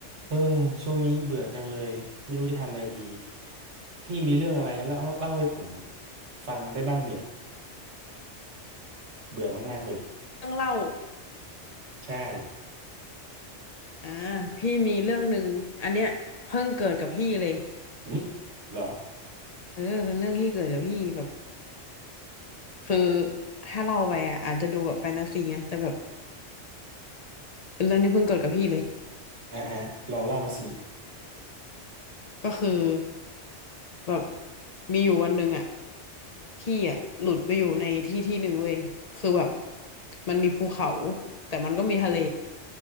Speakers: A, on the right (about 70°); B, on the left (about 50°).
A: เออช่วงนี้เบื่อจังเลยไม่รู้จะทำอะไรดีพี่มีเรื่องอะไรเล่าเล่าให้ผมฟังได้บ้างเนี่ยเบื่อมากๆเลย
B: เรื่องเล่า
A: ใช่
B: อ่าพี่มีเรื่องหนึ่งอันเนี้ยเพิ่งเกิดกับพี่เลย
A: หืมเหรอ
B: เออเป็นเรื่องที่เกิดกับพี่แบบคือถ้าเล่าไปอ่ะอาจจะดูแบบแฟนตาซีนะ แต่แบบเป็นเรื่องที่เพิ่งเกิดกับพี่เลย
A: อ่าฮะลองเล่ามาสิ
B: ก็คือแบบมีอยู่วันหนึ่งอ่ะ พี่อ่ะหลุดไปอยู่ในที่ที่หนึ่งเว้ยคือแบบมันมีภูเขาแต่มันก็มีทะเล